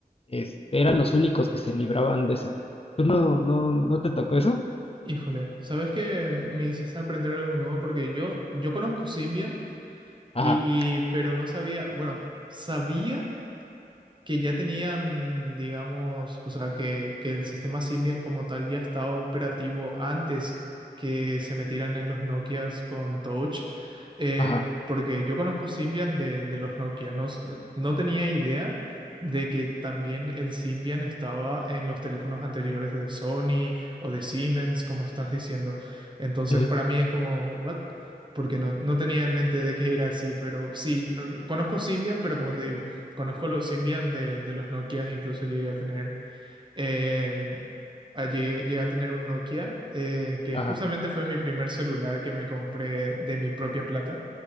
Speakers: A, on the left; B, on the right.
A: Este, eran los únicos que se libraban de esa. ¿Tú no, no, no te tocó eso?
B: Híjole, ¿sabes qué? Me hiciste aprender algo nuevo porque yo, yo conozco Symbian,
A: Ajá,
B: y, pero no sabía, bueno, sabía que ya tenían, digamos, o sea, que, que el sistema Symbian como tal ya estaba operativo antes que se metieran en los Nokias con Touch, eh,
A: ajá,
B: porque yo conozco Symbian de, de los Nokia, no, s- eh, no tenía idea de que también el Symbian estaba en los teléfonos anteriores de Sony o de Siemens, como estás diciendo. Entonces,
A: ujú,
B: para mí es como, ¿what? Porque no, no tenía en mente de que era así, pero sí, r- conozco Symbian, pero como te digo, Conozco los Symbian de, de los Nokias, incluso llegué a tener, en- a- llegué, llegué a tener un Nokia, eh, que
A: ajá,
B: justamente fue mi primer celular que me compré de mi propia plata.